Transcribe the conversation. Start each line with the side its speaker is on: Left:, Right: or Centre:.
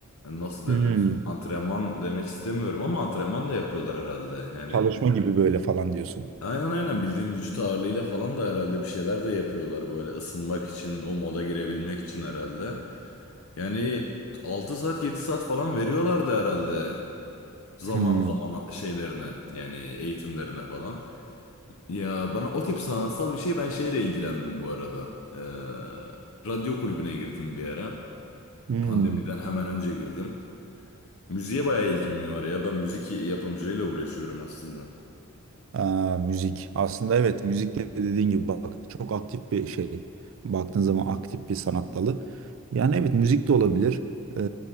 Left: Yani Nasıl denir?
Right: Hmm,
Left: Antrenman demek istemiyorum ama antrenman da yapıyorlar herhalde. Yani
Right: çalışma gibi böyle falan diyorsun.
Left: Aynen aynen bildiğim vücut ağırlığıyla falan da herhalde bir şeyler de yapıyorlar böyle ısınmak için o moda girebilmek için herhalde. Yani 6 saat 7 saat falan veriyorlardı herhalde zaman
Right: Hmm,
Left: zaman şeylerine yani eğitimlerine falan. Ya bana o tip sanatsal bir şey ben şeyle ilgilendim bu arada. Ee, radyo kulübüne girdim bir ara
Right: hmm.
Left: pandemiden hemen önce girdim. Müziğe bayağı ilgim var ya ben müzik yapımcılığıyla uğraşıyorum aslında.
Right: Aa, müzik. Aslında evet müzik de dediğin gibi bak çok aktif bir şey. Baktığın zaman aktif bir sanat dalı. Yani evet müzik de olabilir. Ee,